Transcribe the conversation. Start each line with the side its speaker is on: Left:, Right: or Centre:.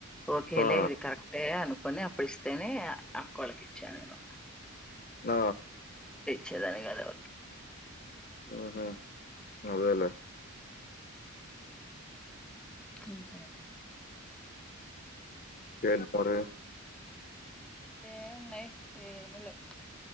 Centre: ఓకేలే
Left: ఆ.
Centre: ఇది కరక్టే అను కొని అప్పుడు ఇస్తేనే అక్క వాళ్ళకి ఇచ్చా నేను
Left: ఆ
Centre: చేదా కదావ
Left: మ్ హు అదేలే
Centre: ఇంకా అదే
Left: ఏడున్నూరు
Centre: ఏమున్నాయి ఏమి లెవ్